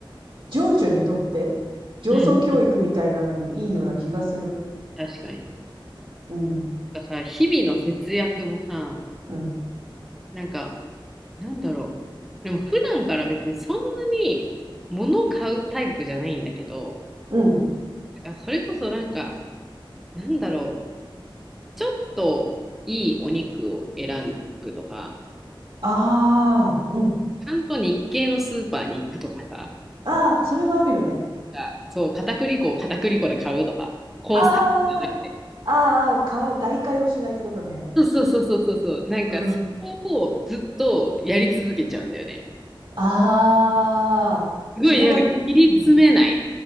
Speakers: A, on the right; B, in the centre.
A: 情緒にとって、情操教育みたいなのにいいような気がする。
B: んうんうん。確かに。
A: うん、
B: なんからさ、日々の節約もさ、
A: うん、
B: なんか、なんだろう。でも、普段から別にそんなに物買うタイプじゃないんだけど、
A: うん。
B: なんかそれこそなんか、なんだろう、ちょっといいお肉を選ぶとか、
A: ああ、うん。
B: ちゃんと日系のスーパーに行くとかさ、
A: ああ、それはあるよね。
B: あそう、片栗粉を片栗粉で買うとか、コーンスタッフじゃなくて。
A: ああ、ああ、かわ、代替をしないってことね。
B: そうそうそうそうそうそう、なんかそれをずっとやり続けちゃうんだよね。
A: うん。ああ、
B: すごいなんか切り詰めない。
A: それはね、